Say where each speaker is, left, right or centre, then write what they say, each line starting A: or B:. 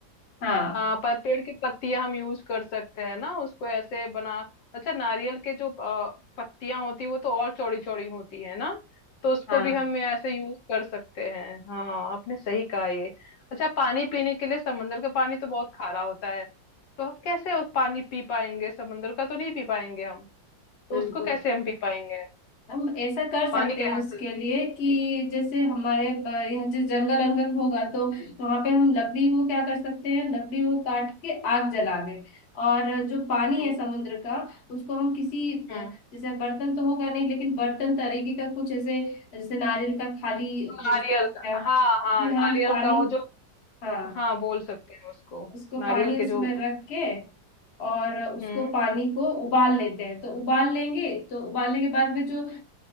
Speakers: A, on the left (about 45°); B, on the left (about 75°).
A: हाँ
B: हाँ पर पेड़ की पत्तियां हम यूज कर सकते हैं ना उसको ऐसे बना अच्छा नारियल के जो पत्तियां होती है वो तो और चौड़ी चौड़ी होती है ना तो उसको
A: हाँ
B: भी हम ऐसे यूज कर सकते हैं हाँ आपने सही कहा ये अच्छा पानी पीने के लिए समंदर का पानी तो बहुत खारा होता है तो हम कैसे उस पानी पी पाएंगे समंदर का तो नहीं पी पाएंगे हम तो
A: बिल्कुल
B: उसको कैसे हम पी पाएंगे
A: हम ऐसा कर
B: पानी
A: सकते
B: के
A: हैं
B: यहाँ
A: उसके
B: से
A: लिए
B: हम्म
A: कि जैसे हमारे ब- यहाँ जैसे जंगल अंगल होगा तो वहां पे हम लकड़ी को क्या कर सकते हैं लकड़ी को काट के आग जला लें और जो पानी
B: हम्म
A: है समुद्र का उसको हम किसी ब-
B: हम्म।
A: जैसे बर्तन तो होगा नहीं लेकिन बर्तन तरीके का कुछ ऐसे जैसे नारियल का खाली वो
B: नारियल
A: जो हो
B: का
A: गया
B: हाँ
A: उसमें
B: हाँ नारियल
A: हम पानी
B: का वो जो
A: हाँ
B: हाँ बोल सकते हैं उसको
A: उसको
B: नारियल
A: पानी उसमें
B: के जो
A: रख के और उसको
B: हम्म
A: पानी को उबाल लेते हैं तो उबाल लेंगे तो उबालने के बाद में जो अ,